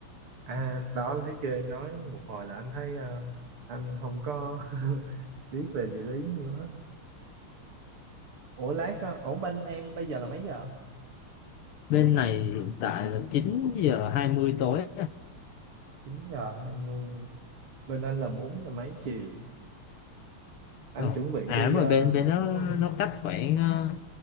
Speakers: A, on the right; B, on the left.
A: À đó anh thấy chưa em nói một hồi là anh thấy ờ, anh không có <laughs> biết về địa lý nhiều hết. Ủa lát ờ, ổn bên em bây giờ là mấy giờ?
B: bên này hiện tại là chín giờ hai mươi tối
A: 9 giờ 20. Bên anh là 4 giờ mấy chiều. Anh
B: Ờ.
A: chuẩn bị
B: à
A: đi
B: đúng
A: ờ,
B: rồi bên bên nó
A: đúng không?
B: nó cách khoảng ờ,